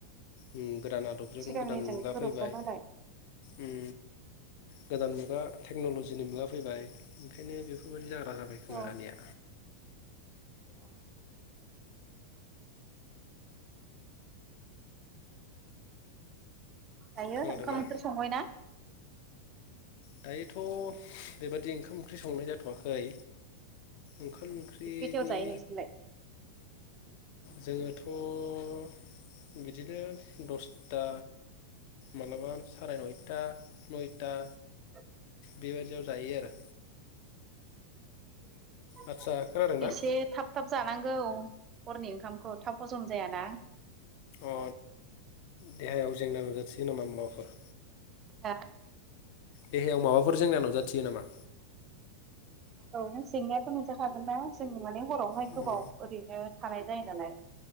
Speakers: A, on the left; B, on the right.
A: उम गोदान आदबजों
B: सिगांनिजों
A: गोदान मुगा
B: गोरोबला
A: फैबाय
B: नालाय
A: उम गोदान मुगा टेक्न'ल'जिनि मुगा फैबाय ओंखायनो बेफोरबायदि जा बाय खोमा
B: औ
A: रानिया
B: औ दायो
A: खोनादोंना?
B: ओंखाम ओंख्रि संबाय ना
A: दायोथ' बेबादि ओंखाम ओंख्रि संनाय जाथ'वाखै ओंखाम
B: जाथ'वाखै
A: ओंख्रिनि
B: खैथायाव जायो नोंसोरलाय?
A: जोङो उम बिदिनो दसथा मालाबा साराय नयथा नयथा
B: <inaudible>
A: बेबायदियाव जायो आरो
B: <inaudible>
A: आदसा खोनादों ना
B: एसे थाब थाब जानांगौ हरनि ओंखामखौ थाब हजम जायाना
A: अ देहायाव जेंना नुजाथिगोन नामा मुवाफोर
B: हा
A: देहायाव माबाफोर जेंना नुजाथियो नामा
B: औ जेंनायाथ' मोनजाखागोन ना जों माने हरावहाय
A: उम
B: गोबाव ओरैनो थानाय जायो नालाय